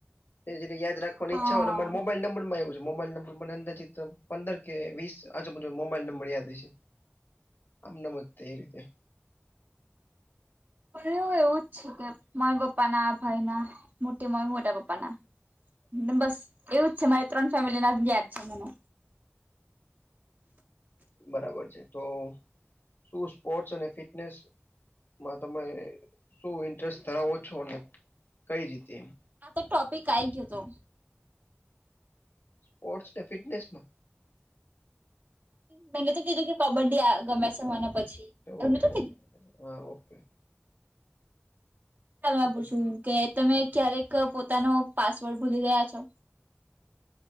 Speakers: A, on the left (about 55°); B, on the right (about 45°).
A: એને જેને યાદ રાખ
B: હા
A: ઈચ્છા હોય અને મારા મોબાઇલ નંબર માય એવું છે. મોબાઈલ નંબર મને અંદાજીત પંદર કે વીસ આજુબાજુ મોબાઈલ નંબર યાદ હ છે આમને આમ જ તે એ રીતે.
B: અ એવું જ છે કે મય પપ્પા ના ભાઈ ના મોટી મ મોટા પપા ના. બસ એવું જ છે મારે ત્રણ ફેમિલી ના જ ગયા જ છે મને.
A: બરાબર છે તો શું સ્પોર્ટસ અને ફિટનેસ? માં તમે શું ઇન્ટરેસ્ટ ધરાવો છો કઈ રીતે એમ?
B: આ તો ટોપિક આઇ ગયો તો
A: સ્પોર્ટસને ફિટનેસમાં?
B: મેને તો કીધું કે કબડ્ડી ગમે છે મને પછી. એવું
A: ઓકે
B: નતું
A: ઓકે
B: કીધું
A: હા ઓકે.
B: તમે
A: તો પછી
B: પૂછ્યું કે તમે ક્યારેક પોતાનો પાસવર્ડ ભૂલી ગયા છો?